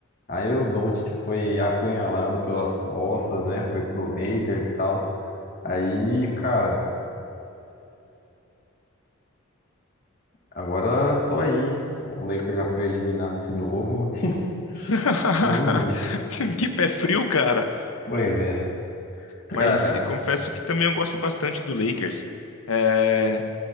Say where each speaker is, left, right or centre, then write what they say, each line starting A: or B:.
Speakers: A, on the left; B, on the left.
A: Aí o Doncic foi apunhalado pelas costas, né? Foi pro Lakers e tal. Aí, cara, agora tô aí. O Lakers já foi eliminado de novo, mas
B: <laughs>
A: <laughs> vamos ver.
B: Que pé frio, cara.
A: Pois é, cara.
B: Mas e confesso que também eu gosto bastante do Lakers. é,